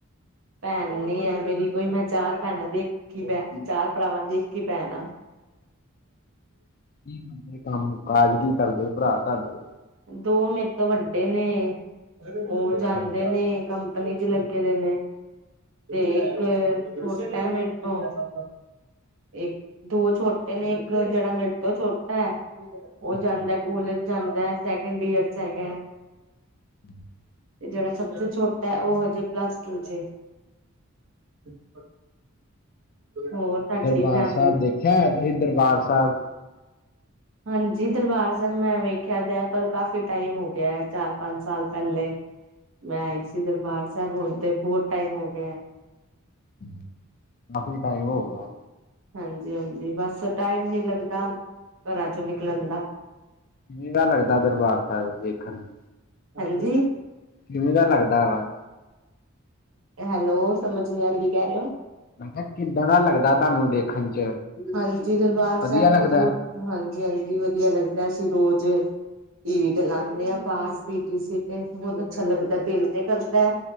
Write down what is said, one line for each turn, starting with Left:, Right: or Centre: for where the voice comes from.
Right: ਭੈਨ ਨੀ ਐ ਮੇਰੀ ਕੋਈ ਮੈਂ ਚਾਰ ਭੈਨਾ ਦੀ ਇਕ ਕਿ ਮੈਂ ਚਾਰ ਭਰਾਵਾਂ ਦੀ ਇਕੀ ਭੈਣ ਆ
Left: ਕੀ ਕੰਮ, ਕੰਮ ਕਾਰ ਕੀ ਕਰਦੇ ਭਰਾ ਤੁਆਡੇ?
Right: ਦੋ ਮੈ ਤੋਂ ਵੱਡੇ ਨੇ ਉਹ
Left: ਅੱਛਾ,
Right: ਜਾਂਦੇ ਨੇ ਕੰਪਨੀ ਚ ਲੱਗੇ ਦੇ ਨੇ, ਤੇ ਇਕ ਛੋਟਾ ਏ ਮੇਰੇ ਤੋਂ ਏਕ ਦੋ ਛੋਟੇ ਨੇ ਇਕ ਜੇਹੜਾ ਮੇਰੇ ਤੋਂ ਛੋਟਾ ਐ ਓ
Left: ਅੱਛਾ,
Right: ਜਾਂਦਾ
Left: ਅੱਛਾ।
Right: ਏ ਕੋਲਜ ਜਾਂਦਾ ਐ ਸੈਕਿੰਡ ਈਅਰ ਚ ਹੈਗੇ
Left: <unintelligible>
Right: ਤੇ ਜੇਹੜਾ ਸਭ ਤੋਂ ਛੋਟਾ ਏ ਉਹ ਹਜੇ ਪਲੱਸ ਟੂ ਚੇ <inaudible> ਹੋਰ ਤੁਹਾਡੀ
Left: ਦਰਬਾਰ
Right: ਫੈਮਿਲੀ
Left: ਸਾਬ ਦੇਖਿਆ ਹੋਇਆ ਤੁਸੀਂ, ਦਰਬਾਰ ਸਾਬ
Right: ਹਾਂਜੀ ਦਰਬਾਰ ਸਾਬ ਮੈਂ ਵੇਖਿਆ ਦਾ ਪਰ ਕਾਫ਼ੀ ਟਾਈਮ ਹੋ ਗਿਆ ਏ ਚਾਰ ਪੰਜ ਸਾਲ ਪੈਹਲੇ
Left: <inaudible>
Right: ਮੈਂ ਆਈ ਸੀ ਦਰਬਾਰ ਸਾਬ ਹੁਣ ਤੇ ਬੋਤ ਟਾਈਮ ਹੋ ਗਿਆ ਐ
Left: ਹੂੰ, ਕਾਫ਼ੀ ਟਾਈਮ ਹੋ ਗਿਆ
Right: ਹਾਂਜੀ, ਹਾਂਜੀ ਬਸ ਟਾਈਮ ਨੀ ਲੱਗਦਾ ਘਰਾਂ ਚੋਂ ਨਿਕਲਨ ਦਾ
Left: ਕਿਵੇਂ ਦਾ ਲੱਗਦਾ ਦਰਬਾਰ ਸਾਹਿਬ ਵੇਖਣ ਨੂੰ?
Right: ਹਾਂਜੀ
Left: ਕਿਵੇਂ ਦਾ ਲੱਗਦਾ ਵਾ?
Right: ਹੈਲੋ, ਸਮਝ ਨੀ ਆਰੀ ਕੀ ਕਹਿ ਰਏ ਓ?
Left: ਮੈਂ ਕਿਹਾ ਕਿੱਦਾਂ ਦਾ ਲੱਗਦਾ ਤੁਹਾਨੂੰ ਦੇਖਣ ਚ
Right: ਹਾਂਜੀ ਜੀ ਦਰਬਾਰ
Left: ਵਧੀਆ
Right: ਸਾਹਬ
Left: ਲੱਗਦਾ
Right: ਤੇ ਬੋਤ ਹਾਂਜੀ, ਹਾਂਜੀ ਵਧੀਆ ਲੱਗਦਾ ਅਸੀਂ ਰੋਜ਼ ਟੀ ਵੀ ਤੇ ਲਾਨੇ ਆ। ਪਾਸ ਪੀ ਟੀ ਸੀ ਤੇ ਬਹੁਤ ਅੱਛਾ ਲੱਗਦਾ ਦਿਲ ਤੇ ਕਰਦਾ ਏ